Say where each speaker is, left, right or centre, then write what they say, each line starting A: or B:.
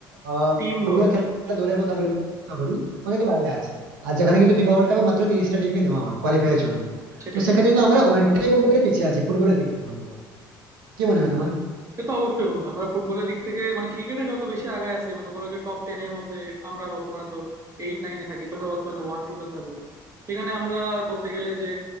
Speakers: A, on the right; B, on the right.
A: আহ,
B: টিম
A: ফুটবল
B: ধরো
A: খেলা
B: তাইলে
A: দলের কথা
B: হ্যাঁ
A: বলি বা দলের কথা বলি ওরা কিন্তু বাইরে আছে আর যেখানে কিন্তু ফিফা ওয়ার্ল্ড কাপে মাত্র তিরিশটা টিমকে নেওয়া হয় কোয়ালিফাই এর জন্য
B: সেটাই
A: তো সেক্ষেত্রে কিন্তু আমরা অনেকটাই বলতে গেলে পিছিয়ে আছি ফুটবলের দিক থেকে অন্তত কি মনে হয় তোমার
B: সে তো অবশ্যই বন্ধু আমরা ফুটবলের দিক থেকে মানে ক্রিকেটে যত বেশি আগায় আছি মনে করো যে টপ টেন এর মধ্যে আমরা বর্তমানে তো এইট নাইনে থাকি তোমরা বর্তমানে ওয়ান টু তে থাকো সেখানে আমরা বলতে গেলে যে